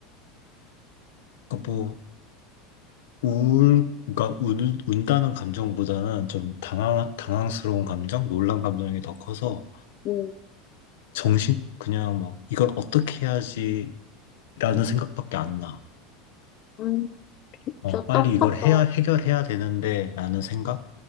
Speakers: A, on the left; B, on the left.
A: 그러니까 뭐, 울, 그러니까 운, 운다는 감정보다는 좀 당황, 당황스러운 감정, 놀란 감정이 더 커서,
B: 음,
A: 정신, 그냥 뭐, 이걸 어떻게 해야지라는 생각밖에 안 나.
B: 음, 진짜
A: 어, 빨리
B: 딱하다.
A: 이걸 해야, 해결해야 되는데, 라는 생각?